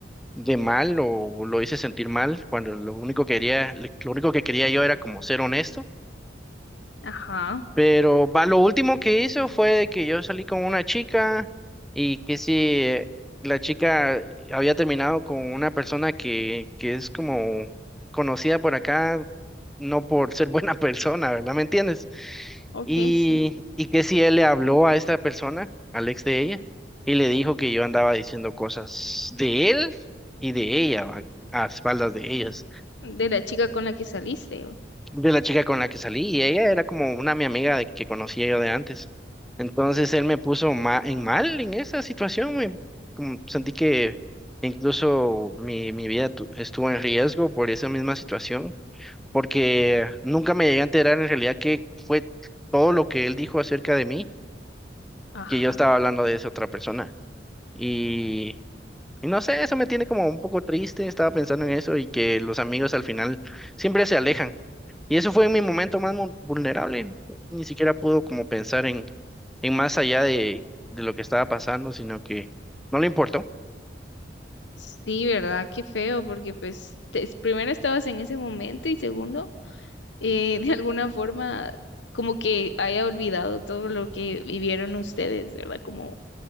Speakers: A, in the centre; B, on the left (about 85°).
A: de mal o lo hice sentir mal, cuando lo único que quería, lo único que quería yo era como ser honesto.
B: Ajá,
A: Pero va, lo último que hizo fue que yo salí con una chica y que si la chica había terminado con una persona que, que es como conocida por acá, no por ser buena <laughs> persona, ¿verdad? ¿Me entiendes?
B: ok,
A: Y,
B: sí.
A: y que si él le habló a esta persona, al ex de ella, y le dijo que yo andaba diciendo cosas de él y de ella, ¿va? a espaldas de ellas,
B: De la chica con la que saliste. o-
A: de la chica con la que salí, y ella era como una mi amiga de, que conocía yo de antes. Entonces él me puso ma- en mal en esa situación, me- como sentí que incluso mi, mi vida tu- estuvo en riesgo por esa misma situación porque nunca me llegué a enterar en realidad que fue todo lo que él dijo acerca de mí,
B: Ajá.
A: que yo estaba hablando de esa otra persona. Y, y no sé, eso me tiene como un poco triste, estaba pensando en eso y que los amigos al final siempre se alejan. Y eso fue mi momento más mu- vulnerable, ni siquiera pudo como pensar en, en más allá de, de lo que estaba pasando, sino que no le importó.
B: Sí, ¿verdad? Qué feo, porque pues te- es- primero estabas en ese momento y segundo, eh, <laughs> de alguna forma como que haya olvidado todo lo que vivieron ustedes, ¿verdad? Como,